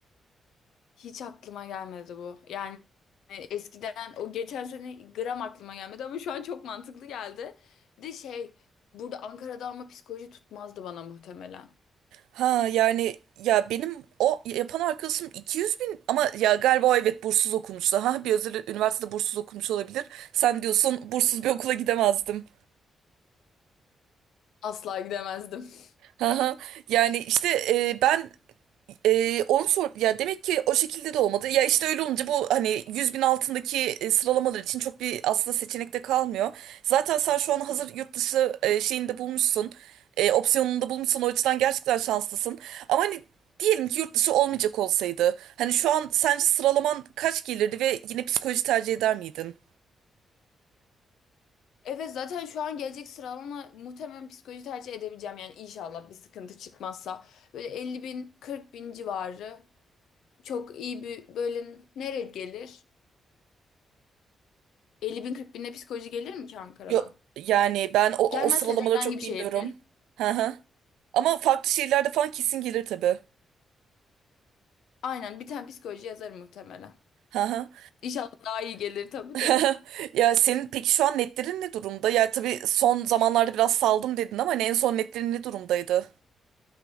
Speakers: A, on the left (about 80°); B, on the right (about 90°).
A: Hiç aklıma gelmedi bu. Yani e, eskiden o geçen sene gram aklıma gelmedi ama şu an çok mantıklı geldi. Bir de şey burada Ankara'da ama psikoloji tutmazdı bana muhtemelen.
B: Ha yani ya benim o yapan arkadaşım 200 bin ama ya galiba o evet bursuz okumuştu. Ha bir özel üniversitede bursuz okumuş olabilir. Sen diyorsun bursuz bir okula gidemezdim.
A: Asla gidemezdim. <laughs>
B: Haha. Yani işte e, ben e, onu sor ya demek ki o şekilde de olmadı. Ya işte öyle olunca bu hani 100 bin altındaki e, sıralamalar için çok bir aslında seçenek de kalmıyor. Zaten sen şu an hazır yurt dışı e, şeyini de bulmuşsun. E, opsiyonunu da bulmuşsun. O açıdan gerçekten şanslısın. Ama hani diyelim ki yurt dışı olmayacak olsaydı. Hani şu an sence sıralaman kaç gelirdi ve yine psikoloji tercih eder miydin?
A: Evet zaten şu an gelecek sıralama muhtemelen psikoloji tercih edebileceğim. Yani inşallah bir sıkıntı çıkmazsa. Böyle 50 bin 40 bin civarı çok iyi bir böyle nereye gelir? 50 bin 40 binde psikoloji gelir mi ki Ankara'da?
B: Yo, yani ben o,
A: Gelmezse
B: o sıralamaları
A: de herhangi
B: çok
A: bir
B: bilmiyorum.
A: şehirde.
B: Hı hı. Ama farklı şehirlerde falan kesin gelir tabii.
A: Aynen bir tane psikoloji yazarım muhtemelen.
B: Hı hı.
A: İnşallah daha iyi gelir tabii
B: <laughs>
A: de.
B: Ya senin peki şu an netlerin ne durumda? Ya tabii son zamanlarda biraz saldım dedin ama hani en son netlerin ne durumdaydı?